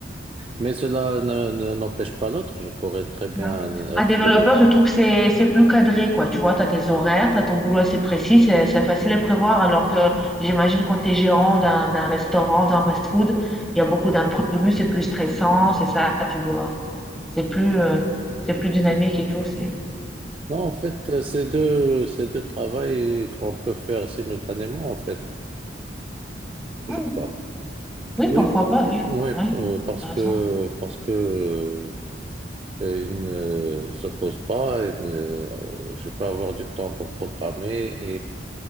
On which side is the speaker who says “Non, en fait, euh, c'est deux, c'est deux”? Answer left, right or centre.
Right